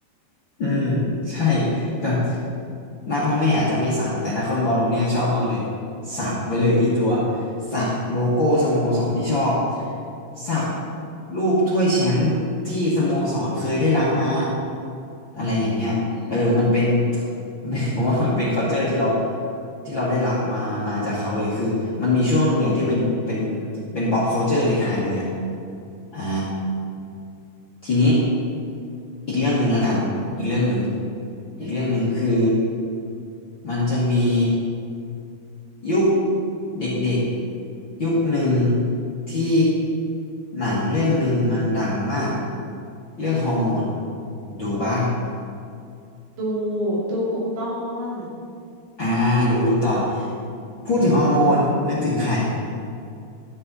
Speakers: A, on the left; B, on the right.
A: อืมใช่แบบหน้าพ่อแม่อาจจะไม่สักแต่นักฟุบอลคนเนี้ยชอบมากเลยสักไว้เลยที่ตัวสักโลโก้สโมสรที่ชอบสักรูปถ้วยแชมป์ที่สโมสรเคยได้รับมาอะไรอย่างเงี้ยเออมันเป็น
B: อืม
A: <laughs> มันเป็น <laughs> ผมว่ามันเป็น culture ที่เราที่เราได้รับมามาจากเขาเลยคือมันมีช่วงหนึ่งเลยที่เป็นเป็นเป็น pop culture ในไทยเลยอะอ่า ทีนี้อีกเรื่องหนึ่งแล้วกันอีกเรื่องหนึ่งอีกเรื่องหนึ่งคือ
B: อืม
A: มันจะมียุคเด็กๆยุคหนึ่งที่หนังเรื่องหนึ่งมันดังมากเรื่องฮอร์โมนดูปะ
B: ดูดูหูกตอน
A: อ่าดูทุกตอนพูดถึงฮอร์โมนนึกถึงใคร